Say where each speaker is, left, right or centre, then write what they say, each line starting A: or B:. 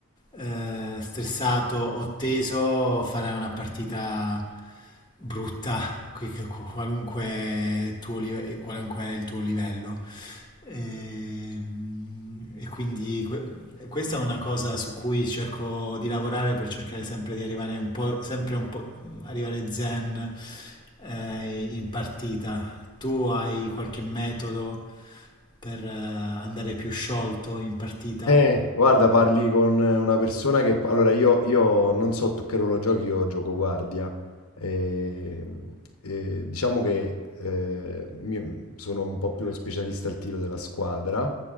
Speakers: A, on the left (about 20°); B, on the left (about 75°).
A: eh, stressato o teso, farai una partita brutta, qui- qualunque, tuo live- qualunque è il tuo livello. Ehm, E, quindi que- questa è una cosa su cui cerco di lavorare per cercare sempre di arrivare un po', sempre un po', arrivare zen eh, in partita. Tu hai qualche metodo per eh, andare più sciolto in partita?
B: Eh, guarda, parli con eh, una persona che... Allora, io, io non so tu che ruolo giochi, io gioco guardia. E, e diciamo che eh, mi- sono un po' più lo specialista al tiro della squadra.